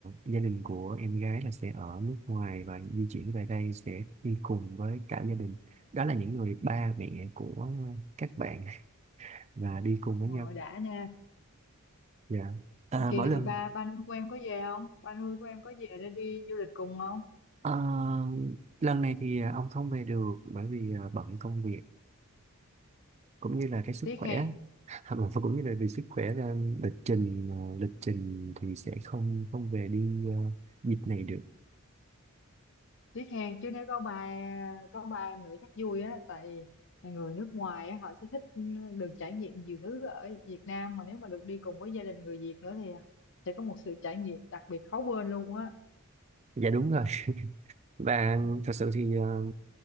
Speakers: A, on the right; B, on the left.
A: gia đình của em gái là sẽ ở nước ngoài và di chuyển về đây sẽ đi cùng với cả gia đình đó là những người ba mẹ của các bạn <laughs> và đi cùng với
B: rồi
A: nhau
B: đã nha
A: dạ à,
B: kỳ
A: mỗi
B: này
A: lần
B: ba ba nuôi của em có về không ba nuôi của em có về để đi du lịch cùng không
A: ờ, lần này thì ông không về được bởi vì ờ, bận công việc cũng như là cái sức
B: tiếc
A: khỏe
B: hèn
A: <laughs> Mà cũng như là vì sức khỏe nên lịch trình ờ, lịch trình thì sẽ không không về đi ờ, dịp này được
B: tiếc hèn chứ nếu có ba có ba em nữa chắc vui á tại người nước ngoài á họ sẽ thích được trải nghiệm nhiều thứ ở Việt Nam mà nếu mà được đi cùng với gia đình người Việt nữa thì sẽ có một sự trải nghiệm đặc biệt khó quên luôn á
A: dạ đúng rồi <laughs> và
B: ừ
A: thật sự thì ờ,